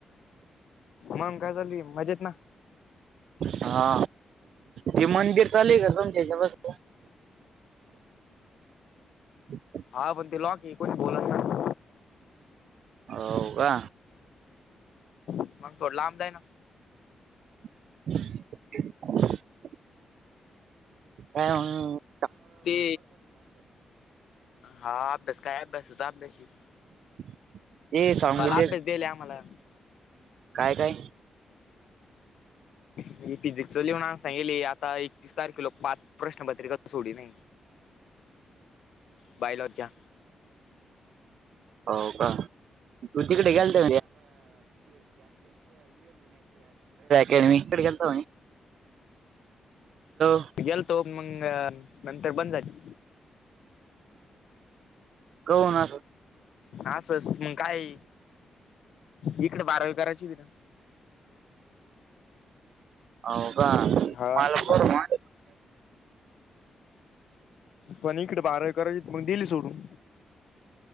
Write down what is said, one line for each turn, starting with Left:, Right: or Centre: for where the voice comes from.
Left: मंग काय चालु ये मजेत ना.
Right: हा ते मंदिर चालु आहेका तुमच्या हच्या बसंल <unintelligible>
Left: हा पण ते लॉक ये कोनि बोलवलं ना. <unintelligible>
Right: होय का.
Left: मंग थोडा लांब जाई ना.
Right: <unintelligible> हा. <unintelligible>
Left: ते हा अभ्यास काय अभ्यास च अभ्यासे
Right: <unintelligible> सांगू
Left: भला
Right: दे
Left: अभ्यास देयेल आम्हाला.
Right: काय काय.
Left: हि फिजिकली मानस येईल आता ऐक तीस तारखेलाो पाच प्रश्नपत्रिका सोडीन नही बायलॉर च्या
Right: हो का? तु तिकडे गेलता का? <unintelligible> <unintelligible>
Left: गेलतो, मंग नंतर बंद झाली.
Right: काऊन अस?
Left: असस, मग काय इकडे बारावी करायची होती ना.
Right: हाव का?
Left: हा
Right: <unintelligible>
Left: पण इकड बारावी करायची होती मग दिली सोडून.